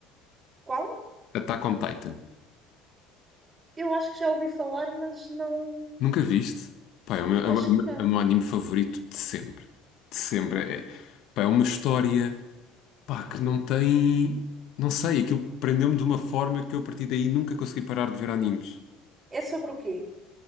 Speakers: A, on the right; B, on the left.
A: Qual?
B: Attack on Titan.
A: Eu acho que já ouvi falar, mas não.
B: Nunca viste? Pá, é o meu, é
A: Acho
B: o
A: que
B: meu-
A: não.
B: é o meu anime favorito de sempre. De sempre. É, pá, é uma história. Pá, que não tem. Não sei, aquilo prendeu-me de uma forma que eu a partir daí nunca consegui parar de ver animes.
A: É sobre o quê?